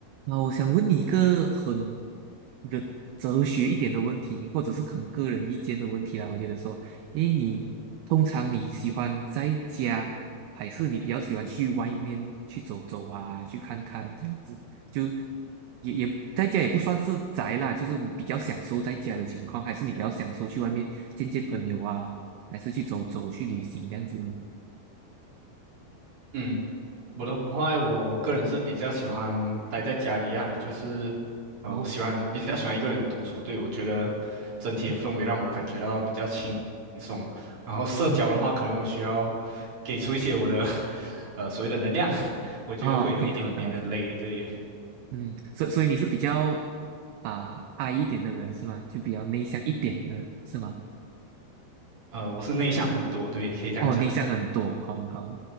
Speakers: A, on the right (about 75°); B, on the right (about 35°).
A: 啊，我想问你一个很哲哲学一点的问题，或者是很个人意见的问题啦。我觉得说，诶，你通常你喜欢在家，还是你比较喜欢去外面去走走啊，去看看这样子？就也也在家也不算是宅啦，就是你比较享受在家的情况，还是你比较享受去外面见见朋友啊，还是去走走去旅行这样子呢？
B: 嗯，我的话，我个人是比较喜欢待在家里啊，就是，呃，
A: 哦，
B: 我喜欢比较喜欢一个人独处，对，我觉得整体的氛围让我感觉到比较轻松。
A: 嗯
B: 然后社交的话，
A: 嗯嗯，
B: 可能我需要给出一些我的 <laughs> 呃所谓的能量，<laughs> 我觉得会有一点点的累，
A: 哦，OK，好的好的。
B: 对，
A: 嗯，所所以你是比较啊、i 一点的人是吗？就比较内向一点的是吗？
B: 呃，我是内向很多，对，可以这样讲。
A: 哦，内向很多，好好。